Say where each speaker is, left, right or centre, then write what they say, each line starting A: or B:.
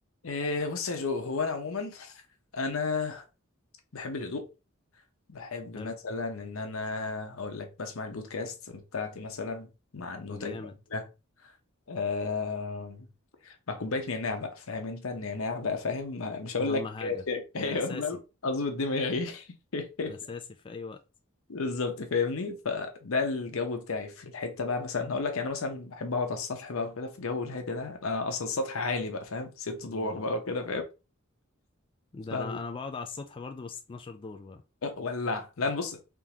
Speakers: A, on the left; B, on the left.
A: إيه بص يا جو هو انا عموما انا بحب الهدوء بحب
B: حلو
A: مثلا ان انا اقول لك بسمع البودكاست بتاعتي مثلا مع النوتة
B: جامد
A: الجميلة آه مع كوباية نعناع بقى فاهم انت النعناع بقى فاهم ما- مش هقول
B: اهم
A: لك
B: حاجة
A: شاي.
B: ده
A: <laughs> أيوة،
B: اساسي
A: فاهم؟ اظبط دماغي <laughs>
B: ده اساسي في اي وقت
A: بالظبط فاهمني فده الجو بتاعي في الحته بقى مثلا هقول لك يعني مثلا بحب اقعد على السطح بقى وكده في جو الهادي ده انا اصلا السطح عالي بقى فاهم ست
B: الله
A: ادوار بقى وكده
B: ده
A: فاهم
B: انا انا بقعد على السطح برضو بس 12 دور بقى
A: ولع لا بص